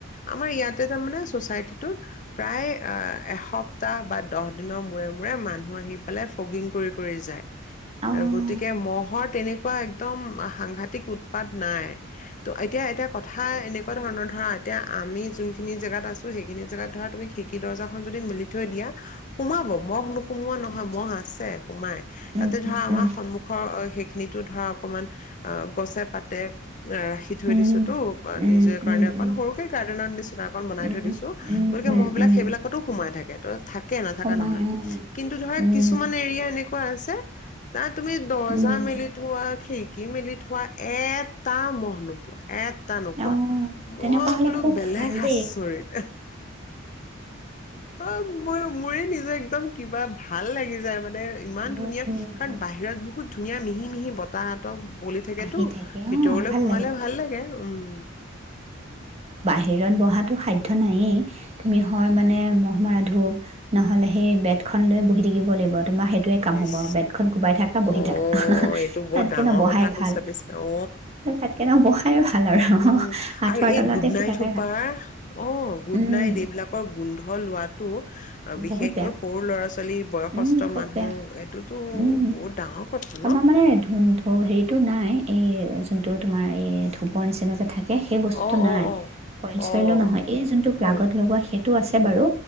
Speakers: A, on the left; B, on the right.
A: আমাৰ ইয়াত তাতে তাৰমানে চচাইটিটো প্ৰায় এসপ এপ্তাহ বা দহ দিনৰ মূৰে মূৰে মানুহ আহি পেলাই ফগিং কৰি কৰি যায়।
B: অঁ
A: গতিকে মহৰ তেনেকুৱা একদম সাংঘাতিক উৎপাত নাই। ত এতিয়া এটা কথা এনে তেনেকুৱা ধৰণৰ ধৰা এতিয়া আমি যোনখিনি জেগাত আছো সেইখিনি জেগাত ধৰা তুমি খিৰকি দৰ্জাখন যদি মেলি থৈ দিয়া সোমাব মহ নোসুমোৱা নহয়
B: আচ্ছা
A: মহ আছে সোমাই
B: উম
A: তাতে ধৰা
B: উম
A: আমাৰ
B: উম
A: অ' সেইখিনিতো ধৰা অকমান অঁ গছে পাতে ৰাখি থৈ
B: উম
A: দিছোতোঁ
B: উম
A: নিজে
B: উম
A: কাৰণে অকন
B: উম
A: সৰুকে গাৰ্ডেনৰ নিচিনা অকন বনাই
B: উম,
A: থৈ দিছো
B: উম,
A: গতিকে
B: উম,
A: মহবিলাক
B: উম,
A: সেইবিলাক তাটো সোমাই থাকে ত থাকে নাথকা
B: সোমাই
A: নহয়
B: উম,
A: কিন্তু ধৰা
B: উম,
A: কিছুমান এৰিয়া এনেকুৱা আছে তাত তুমি দৰ্জা
B: উম।
A: মেলি থোৱা খিৰিকি মেলি থোৱা এটা মহ নোপোৱা এটা নোপোৱা।
B: অ',
A: মই
B: তেনেকুৱা হ'লে
A: বোলো
B: খুব
A: বেলেগ
B: ভাল দেই।
A: আচৰিত অ' মোৰ মোৰে নিজ যে একদম কিবা ভাল লাগি যায় মানে ইমান
B: উম,
A: ধুনীয়া কাৰণ বাহিৰত বহুত ধুনীয়া মিহি মিহি বতাহতক বলি থাকেতো
B: আহি থাকে
A: ভিতৰলে
B: অ', ভাল
A: সোমালে
B: লাগে।
A: ভাল লাগে উম।
B: হিৰত বহাটো সাধ্য নাইেই তুমি হয় মানে মহ' মৰা ধূপ নহ'লে সেই বেতখন লৈ বহি থাকিব লাগিব তোমাৰ সেই সেইটোৱে কাম হ'ব
A: ইচ
B: আৰু বেডখন কোবাই থাকা বহি
A: অ
B: থাকা
A: এইটো বহুত
B: তাতকৈ
A: ডাঙৰ
B: নবহাই
A: কথা কৈছা
B: ভাল।
A: পিছে অ
B: তাতকে নবহাই ভাল আৰু
A: উম
B: আঁঠুৱাৰ
A: আৰু এই
B: তলতে
A: গুডনাইট
B: শুই থাকাই
A: সোপা
B: ভাল।
A: অ গুডনাইট
B: উম,
A: এইবিলাকৰ গোন্ধ লোৱাাটো বিশেষকৈ
B: বহুত বেয়া
A: সৰু ল'ৰা ছোৱালী বয়সস্থ
B: উম, খুব
A: মানুহ
B: বেয়া
A: উম এইটোতো
B: উম।
A: বহুত ডাঙৰ কথা ন?
B: আমাৰ মানে ধুন ধু হেৰিটো নাই এই জোনটো তোমাৰ এই ধূপৰ নিচিনাকে থাকে সেই বস্তুতো
A: অ
B: নাই
A: অ অ
B: কইল চইলো
A: অ
B: নহয় এই যোনটো প্লাগত
A: কয়
B: লগোৱা সেইটো সেইটো আছে বাৰু।